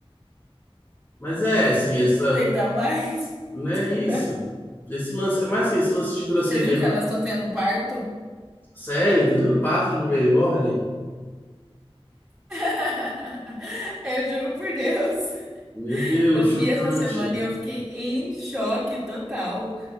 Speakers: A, on the left; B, in the centre.
A: Mas é, assim, essa,
B: Deitar mais.
A: né,
B: estudar.
A: isso. Esse lance, mas assim, esse lance de grosseria,
B: Você viu que
A: me-
B: elas estão tendo parto?
A: sério, tá tendo parto de bebê reborn?
B: <laughs> Eu juro por Deus.
A: Meu Deus,
B: Eu
A: chocante.
B: vi essa semana e eu fiquei em choque total.